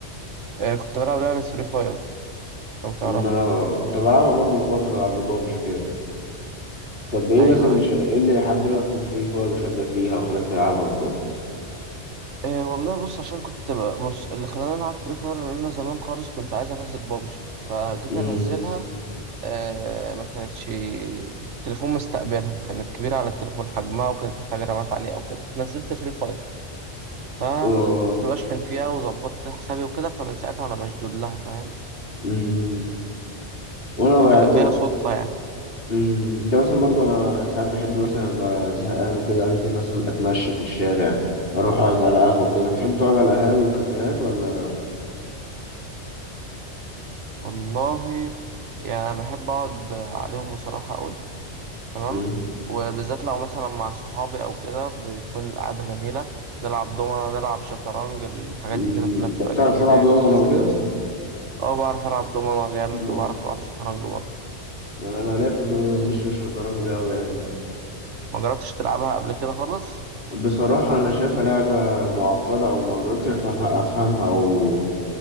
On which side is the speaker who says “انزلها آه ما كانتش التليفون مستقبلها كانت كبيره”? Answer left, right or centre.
Right